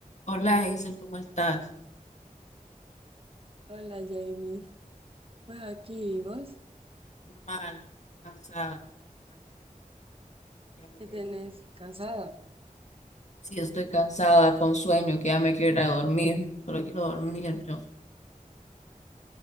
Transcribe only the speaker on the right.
Hola Jamie, pues aquí ¿y vos,
¿qué
tenés?
¿Cansada?